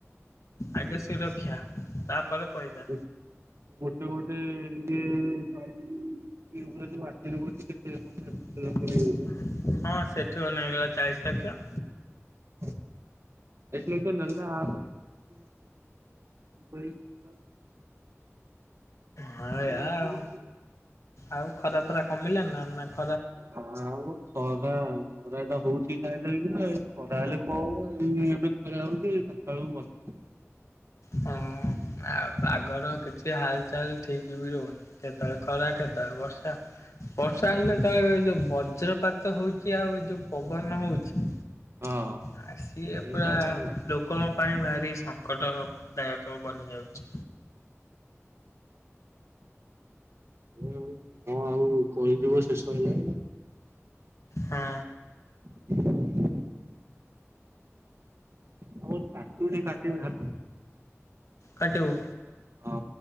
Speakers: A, on the right (about 60°); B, on the left (about 80°).
A: ଗୋଟେ
B: ଆଗେ ସୁରକ୍ଷା
A: ଗୋଟେ
B: ତାପରେ
A: ଇଏ
B: ପଇସା
A: ଯାଇଥିଲି କିଏ କହୁଚନ୍ତି ମୁଁ <unintelligible> କରୁଛି।
B: ହଁ
A: କେତେ ପଚାଶ
B: ସେଠି
A: ଷାଠିଏ ଲକ୍ଷ
B: ପରା
A: ନେଇଯିବ
B: ନେଇ ହେଗଲା ଚାଳିଶ ଲକ୍ଷ।
A: <unintelligible> ନେଲା ଆ ସହିତ <unintelligible>
B: ହଁ ଏଇଆ
A: ଅଛି
B: ଆଉ
A: ବୋଲି ନେଲା।
B: ଆଉ ଖରାପ ଖରା କମିଲା ନା ନା କ
A: ହଁ, ହଁ, ମୋ ଖରା ଖରା ଟା ହଉଛି ଟାଏଁ ଟାଇଁ କି ନା। ଖରା ହେଲେ କଣ ହବ, ଏଇ ଏବେ ଖରା ହଉଚି ଏଇ ଚାଟା ବେଳକୁ ବର୍ଷା ହେଇ <inaudible>
B: ହଁ ଆଉ ପାଗର କିଛି ହାଲଚାଲ ଠିକ ବି ରହୁନି। କେତେବେଳେ ଖରା କେତେବେଳେ ବର୍ଷା, ବର୍ଷା ହେଲେ ତୋ ଏଇ ଯୋଉ ବ ବଜ୍ରପାତ ହଉଚି ଆଉ ଏ ଯୋଉ ପବନ ହଉଛି
A: ହଁ
B: ଆ ସିଏ
A: ସେଇଟା
B: ପୁରା
A: କଣ
B: ଲୋକଙ୍କ ପାଇଁ ଭାରି ସଙ୍କଟର ଦାୟ ଙ୍କ ବନିଯାଉଛି।
A: କୁହ ସେମିତି କଣ ଆଉ କହିଯିବ ତୁ ଶୋଇଲୁଣି ନା?
B: ହଁ।
A: <unintelligible> ବୋହୁତ କାକୁଡି କାଟିବି ହା
B: କାଟିବ
A: ହଁ